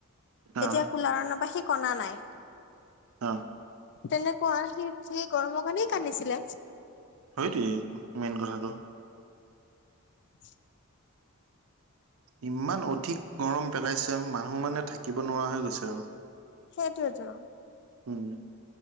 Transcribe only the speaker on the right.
অ
অ
সেইটোৱেই মেইন কথাটো
ইমান অধিক গৰম পেলাইছে মানুহ মানে থাকিব নোৱাৰা হৈ গৈছে আৰু ।
হম